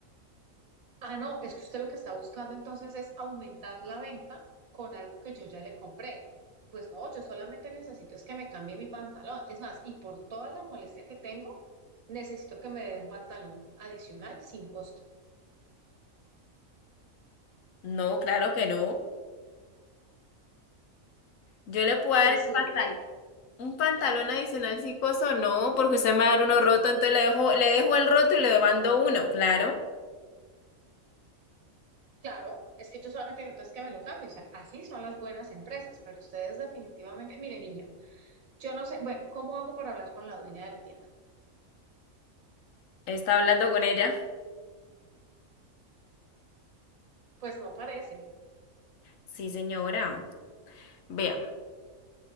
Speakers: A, on the right (about 80°); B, on the left (about 75°).
A: Ah, no, es que usted lo que está buscando entonces es aumentar la venta con algo que yo ya le compré. Pues no, yo solamente necesito es que me cambie mi pantalón. Es más, y por toda la molestia que tengo, necesito que me dé un pantalón adicional sin costo.
B: No, claro que no. Yo le puedo
A: O
B: dar
A: en
B: el
A: su
B: pantalón.
A: defecto,
B: Un pantalón adicional si coso, no, porque usted me va a dar uno roto, entonces le dejo, le dejo el roto y le mando uno, claro.
A: claro, es que yo solamente necesito es que me lo cambie. O sea, así son las buenas empresas, pero ustedes definitivamente, mire niña, yo no sé, bueno, ¿cómo hago para hablar con la dueña de la tienda?
B: Está hablando con ella.
A: Pues no parece,
B: Sí, señora. Vea,